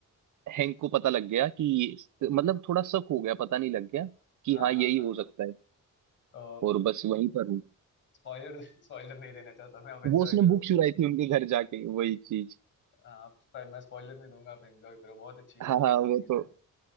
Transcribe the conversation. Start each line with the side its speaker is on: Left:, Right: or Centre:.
Right: हैंक को पता लग गया कि ये- मतलब थोड़ा शक हो गया पता नहीं लग गया कि
Left: हाँ
Right: हाँ यही
Left: हाँ हाँ
Right: हो सकता है
Left: ओ
Right: और बस वहीं पर हूँ
Left: स्पॉइलर स्पॉइलर <laughs> नहीं देना चाहता मैं आप एंजॉय
Right: वो उसने
Left: करो
Right: बुक
Left: उसको
Right: चुराई थी उनके घर जाके वही चीज
Left: आप मैं स्पॉइलर नहीं दूंगा आप एंजॉय करो बहुत अच्छी बहुत
Right: हाँ हाँ
Left: अच्छा
Right: वो
Left: सीरीज
Right: तो
Left: है